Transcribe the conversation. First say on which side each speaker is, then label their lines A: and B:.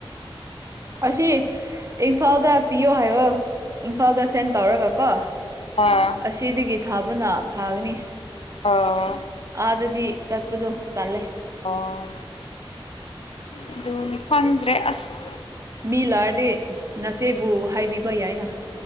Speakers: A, on the right; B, on the left.
A: ꯑꯁꯤ ꯏꯝꯐꯥꯜꯗ ꯄꯤꯌꯣ ꯍꯥꯏꯌꯣ ꯏꯝꯐꯥꯜꯗ ꯁꯦꯟꯇ ꯇꯧꯔꯒ ꯀꯣ
B: ꯑꯥ
A: ꯑꯁꯤꯗꯒꯤ ꯊꯥꯕꯅ ꯐꯒꯅꯤ
B: ꯑꯥ
A: ꯑꯗꯗꯤ ꯆꯠꯄꯗꯣ ꯇꯜꯂꯦ
B: ꯑꯣ ꯑꯗꯨꯅꯤ ꯈꯪꯗ꯭ꯔꯦ ꯑꯁ
A: ꯃꯤ ꯂꯥꯔꯗꯤ ꯅꯆꯦꯕꯨ ꯍꯥꯏꯕꯤꯕ ꯌꯥꯏꯅ